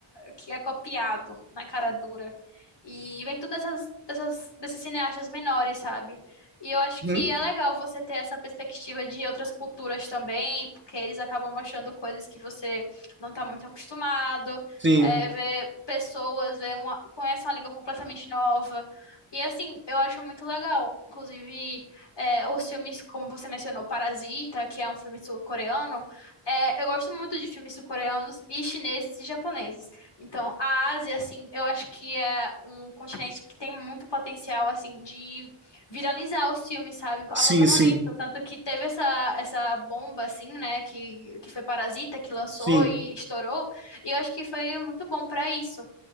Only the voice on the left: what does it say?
que é copiado na cara dura. E vem tudo dessas, dessas, desses cineastas menores, sabe? E eu acho
que é legal você ter essa perspectiva de outras culturas também, porque eles acabam mostrando coisas que você não tá muito acostumado,
é, ver pessoas, ver uma, conhece uma língua completamente nova. E assim, eu acho muito legal. Inclusive, é, os filmes, como você mencionou, Parasita, que é um filme sul-coreano, é, eu gosto muito de filmes sul-coreanos e chineses e japoneses. Então, a Ásia, assim, eu acho que é um continente que tem muito potencial, assim, de viralizar os filmes, sabe? A
qualquer
momento. Tanto que teve essa, essa bomba, assim, né, que, que foi Parasita, que lançou
e estourou. E eu acho que foi muito bom pra isso.